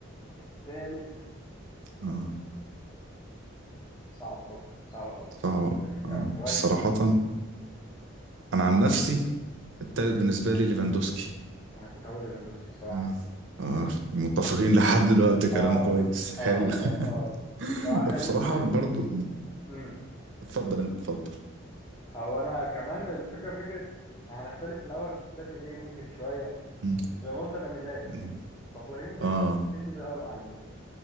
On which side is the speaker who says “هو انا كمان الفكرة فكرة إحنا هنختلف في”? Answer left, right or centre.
Left